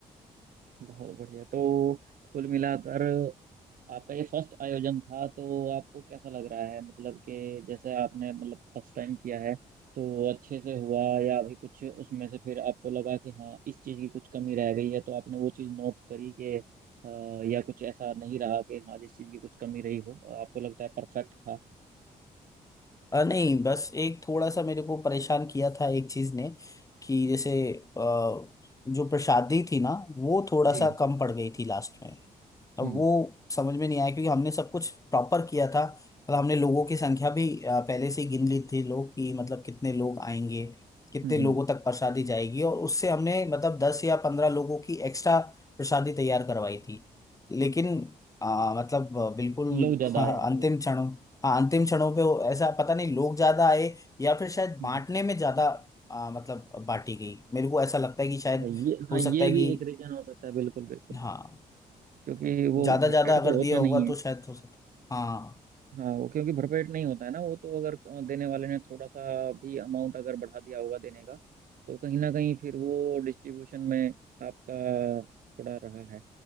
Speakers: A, on the right (about 55°); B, on the left (about 20°).
A: बहुत बढ़िया तो कुल मिलाकर आपका ये फर्स्ट आयोजन था तो आपको कैसा लग रहा है मतलब कि जैसे आपने मतलब फर्स्ट टाइम किया है तो अच्छे से हुआ या अभी कुछ उसमें से फिर आपको लगा कि हाँ इस चीज़ की कुछ कमी रह गई है तो आपने वो चीज़ नोट करी कि अ, या कुछ ऐसा नहीं रहा कि हाँ जिस चीज़ की कुछ कमी रही हो आपको लगता है परफेक्ट था
B: अ, नहीं बस एक थोड़ा सा मेरे को परेशान किया था एक चीज ने कि जैसे अ, जो प्रसादी थी ना वो थोड़ा
A: जी
B: सा कम पड़ गई थी लास्ट में अब
A: हम्म
B: वो समझ में नहीं आया क्योंकि हमने सब कुछ प्रॉपर किया था मतलब हमने लोगों की संख्या भी अ, पहले से ही गिन ली थी लोग कि मतलब कितने लोग आएंगे कितने
A: हम्म
B: लोगों
A: हम्म।
B: तक प्रसादी जाएगी और उससे हमने मतलब दस या पंद्रह लोगों की एक्स्ट्रा प्रसादी तैयार करवाई थी लेकिन अ, मतलब अ, बिल्कुल
A: लोग ज्यादा
B: <laughs> अंतिम
A: आए हैं फिर
B: क्षणों हाँ अंतिम क्षणों पे वो- ऐसा पता नहीं लोग ज्यादा आए या फिर शायद
A: हम्म।
B: बांटने में ज्यादा अ, मतलब बांटी गई मेरे को ऐसा लगता है कि
A: अच्छा
B: शायद
A: ये हाँ
B: हो
A: ये
B: सकता है
A: भी
B: कि
A: एक रीजन हो सकता है बिल्कुल बिल्कुल
B: हाँ
A: बिल्कुल। क्योंकि वो
B: ज्यादा
A: भरपेट
B: ज्यादा अगर
A: तो होता
B: दिया होगा
A: नहीं
B: तो शायद हो सकता है। हाँ
A: हाँ वो क्योंकि भरपेट नहीं होता है ना वो तो अगर अ, देने वाले ने थोड़ा सा भी अमाउंट अगर बढ़ा दिया होगा देने का तो कहीं ना कहीं फिर वो डिस्ट्रीब्यूशन में आपका थोड़ा रहा है